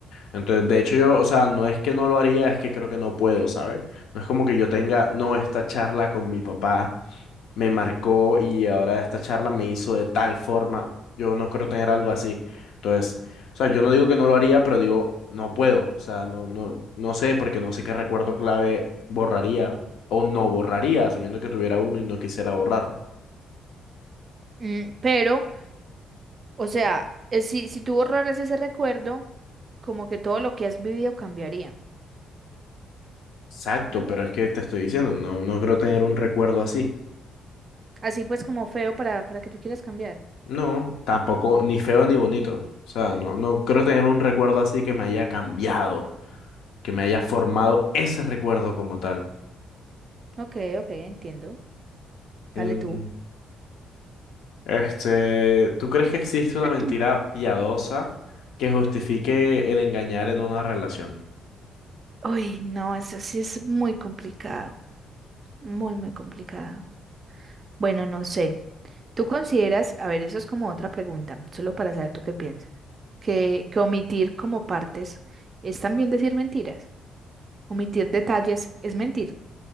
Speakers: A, on the left; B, on the right.
A: Entonces, de hecho, yo, o sea, no es que no lo haría, es que creo que no puedo, ¿sabes? No es como que yo tenga, no, esta charla con mi papá me marcó y ahora esta charla me hizo de tal forma, yo no creo tener algo así. Entonces, o sea, yo no digo que no lo haría, pero digo, no puedo, o sea, no, no, no sé, porque no sé qué recuerdo clave borraría o no borraría, asumiendo que tuviera uno y no quisiera borrarlo.
B: Mm, pero O sea, eh, si, si tú borraras ese recuerdo, como que todo lo que has vivido cambiaría.
A: Exacto,
B: Ah, bueno.
A: pero es que te estoy diciendo, no, no creo tener un recuerdo así.
B: Así pues como feo para, para que tú quieras cambiar.
A: No, tampoco, ni feo ni bonito. O sea, no, no creo tener un recuerdo así que me haya cambiado, que me haya
B: Mm.
A: formado ese recuerdo como tal.
B: Ok, ok, entiendo.
A: Mm,
B: Dale tú.
A: Este, ¿tú crees que existe una
B: <clears throat>
A: mentira piadosa que justifique el engañar en una relación?
B: Uy, no, eso sí es muy complicado. Muy, muy complicado. Bueno, no sé. ¿Tú consideras, a ver, eso es como otra pregunta, solo para saber tú qué piensas, que, que omitir como partes es también decir mentiras? ¿Omitir detalles es mentir?